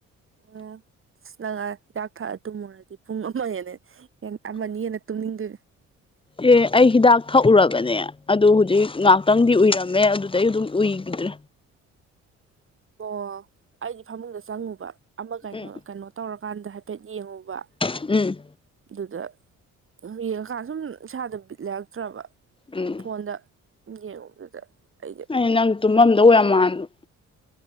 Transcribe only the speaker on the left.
ꯑꯦ ꯑꯩ ꯍꯤꯗꯥꯛ ꯊꯛꯎꯔꯕꯅꯦ ꯑꯗꯨ ꯍꯨꯖꯤꯛ ꯉꯥꯛꯇꯪꯗꯤ ꯎꯏꯔꯝꯃꯦ ꯑꯗꯨꯗꯩ ꯑꯗꯨꯝ ꯎꯏꯒꯤꯗ꯭ꯔꯦ
ꯎꯝ
ꯎꯝ
ꯎꯝ
ꯑꯩꯅ ꯅꯪ ꯇꯨꯝꯃꯝꯗꯧ ꯌꯥꯝ ꯃꯥꯟꯕ